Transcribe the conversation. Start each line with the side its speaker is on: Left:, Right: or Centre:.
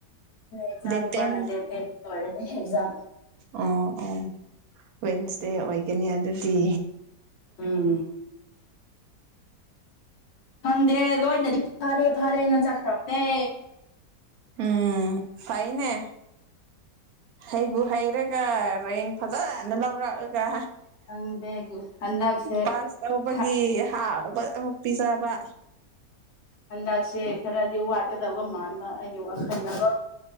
Left: ꯏꯆꯥꯅꯨꯄꯥ
Right: ꯗꯦꯠ ꯇꯦꯟ
Left: ꯗꯦꯠꯇꯦ ꯂꯣꯏꯂꯅꯤ ꯑꯦꯛꯖꯥꯝ
Right: ꯑꯣ ꯑꯣ ꯋꯦꯟꯁꯗꯦ ꯑꯣꯏꯒꯅꯤ ꯑꯗꯨꯗꯤ
Left: ꯎꯝ ꯈꯪꯗꯦ ꯂꯣꯏꯅꯗꯤ ꯐꯔꯦ ꯐꯔꯦꯅ ꯆꯠꯈ꯭ꯔꯕꯅꯦ꯫
Right: ꯎꯝ ꯐꯩꯅꯦ ꯍꯩꯕꯨ ꯍꯩꯔꯒ ꯔꯦꯡ ꯐꯖꯅ ꯂꯧꯔꯛꯑꯒ
Left: ꯈꯪꯗꯦ ꯍꯟꯗꯛꯁꯦ
Right: ꯄꯥꯁ ꯇꯧꯕꯒꯤ
Left: ꯊ
Right: ꯍꯔꯕ ꯑꯃꯨꯛ ꯄꯤꯖꯕ
Left: ꯍꯟꯗꯛꯁꯦ ꯈꯔꯗꯤ ꯋꯥꯠꯀꯗꯕ ꯃꯥꯅ ꯑꯩꯒꯤ ꯋꯥꯈꯟꯗꯕ꯫